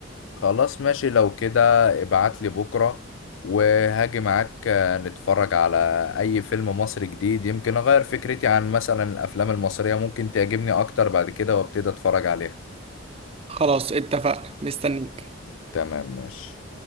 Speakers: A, on the left; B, on the right.
A: خلاص ماشي لو كده ابعت لي بكرة وهاجي معاك آه، نتفرج على اي فيلم مصري جديد يمكن اغير فكرتي عن مثلا الافلام المصرية ممكن تعجبني اكتر بعد كده وابتدي اتفرج عليها
B: خلاص اتفقنا مستنيك
A: تمام ماشي